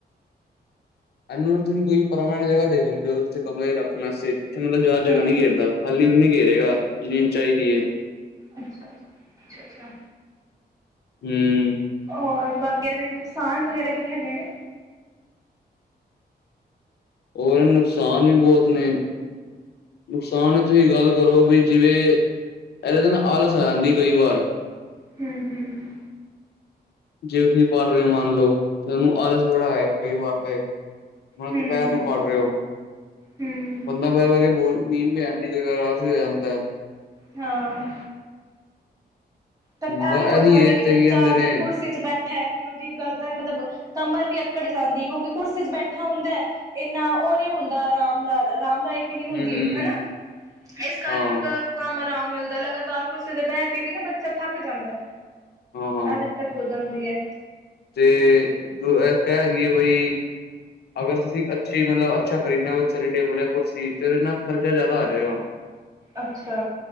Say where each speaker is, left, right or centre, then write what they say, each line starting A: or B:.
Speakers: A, on the left; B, on the right.
A: ਇਹਨਾਂ ਤੁਸੀਂ ਕੋਈ ਪਰਮਾਨੈਂਟ ਜਗ੍ਹਾ ਦੇ ਸਕਦੇ ਹੋ ਜਿੱਥ ਕਮਰੇ ਰੱਖ ਵਸਤੇ ਜਿੱਥੇ ਮਤਲਬ ਜ਼ਿਆਦਾ
B: ਹੂੰ
A: ਜਗ੍ਹਾ ਨਈ ਘੇਰਦਾ। ਖਾਲੀ ਉਨੀ ਘੇਰੇਗਾ ਜਿੰਨੀ ਚਾਹੀਦੀ ਏ।
B: ਅੱਛਾ-ਅੱਛਾ-ਅੱਛਾ
A: ਹੂੰ
B: ਹੋਰ ਬਾਕੀ ਇਹਦੇ ਨੁਕਸਾਨ ਵਗੈਰਾ ਕੀ ਹੈਗੇ ਨੇ।
A: ਹੋਰ ਨੁਕਸਾਨ ਵੀ ਬੋਤ ਨੇ। ਨੁਕਸਾਨ ਤੁਸੀਂ ਗੱਲ ਕਰੋ ਵੀ ਜਿਵੇਂ ਇਹਦੇ ਆਲਸ ਆ ਜਾਂਦੀ ਕਈ ਵਾਰ
B: ਹੂੰ-ਹੂੰ
A: ਜੇ ਤੁਸੀਂ ਪੜ੍ਹ ਰਏ ਓ ਮੰਨ ਲਓ ਤੁਹਾਨੂੰ ਆਲਸ ਬੜਾ ਆਏ ਕਈ ਵਾਰ ਤੇ ਹੁਨ
B: ਹੂੰ,
A: ਦੁਪੈਰ ਨੂੰ ਪੜ੍ਹ ਰਏ ਹੋ
B: ਹੂੰ
A: ਬੰਦਾ ਬਹਿ ਬਹਿ ਕੇ ਬੋਰ ਨੀਂਦ ਵੀ ਆਉਂਦੀ ਲੇਕਿਨ ਆਰਾਮ ਸੇ ਹੋ ਜਾਂਦਾ ਹੈ।
B: ਹਾਂ ਤਾਂ
A: ਬ
B: ਇਹ ਵੀ ਹੋ
A: ਇਹੀ
B: ਜਾਂਦਾ,
A: ਏਜ
B: ਕਿ
A: ਤੇ
B: ਬੱਚਾ
A: ਕੀ ਕਹਿੰਦੇ ਨੇ
B: ਜੇ ਕੁਰਸੀ ਚ ਬੈਠਾ ਐ ਕਿ ਉਹਦੀ ਗਰਦਨ ਮਤਲਬ ਕਮਰ ਵੀ ਅਕੜ ਜਾਂਦੀ ਕਿਉਂਕਿ ਕੁਰਸੀ ਚ ਬੈਠਾ ਹੁੰਦਾ ਹੈ। ਇੰਨਾ ਉਹ ਨੀ ਹੁੰਦਾ ਆਰਾਮ ਨਾਲ ਆਰਾਮ ਦਾ ਇੱਕ ਵੀ ਨਹੀਂ
A: ਹੂੰ
B: ਹੁੰਦੀ
A: ਹੂੰ
B: ਹੈਨਾ ਇਸ ਕਰ
A: ਹਾਂ
B: ਕੇ ਉਹਦਾ। ਕੰਮ ਆਰਾਮ ਮਿਲਦਾ ਲਗਾਤਾਰ ਕੁਰਸੀ ਤੇ ਬਹਿ ਕੇ ਵੀ ਨਾ ਬੱਚਾ। ਥਕ ਜਾਂਦਾ
A: ਹਾਂ ਹਾਂ
B: ਐ ਦਿੱਕਤ ਹੋ ਜਾਂਦੀ ਐ।
A: ਤੇ ਐ ਕਹਿ ਗਈ ਐ ਬਈ। ਅਗਰ ਤੁਸੀਂ ਅੱਛੀ ਮਤਲਬ ਅੱਛਾ ਖਰੀਦਣਾ ਹੋ ਸਲੀ ਟੇਬਲ ਜਾਂ ਕੁਰਸੀ ਤੇ ਉਹਦੇ ਨਾਲ ਖਰਚਾ ਜ਼ਿਆਦਾ ਆ ਜਾਵੇਏਗਾ।
B: ਅੱਛਾ।